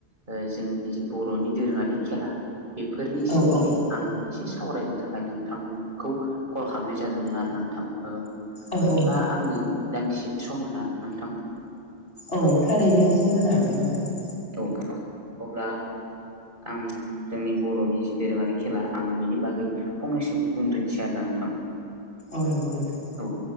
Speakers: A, on the right; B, on the left.
A: ओ जोंनि जि बर'नि दोरोङारि खेला बेफोरनि सोमोन्दै
B: औ औ
A: आं एसे सावरायनो थाखाय नोंथांखौ कल खालामनाय जादोंमोन आरो नोंथां ओ
B: औ
A: नोंथाङा
B: औ
A: आंनो दान्दिसे सम होनो हागोन नोंथां
B: औ थारैनो सम होनो हागोन नोंथां
A: औ अब्ला आं जोंनि बर'नि जि दोरोङारि खेला आं बेनि बागै फंनैसो बुंग्रोनोसै आरो ना नोंथां
B: औ नंगौ नोंथां
A: औ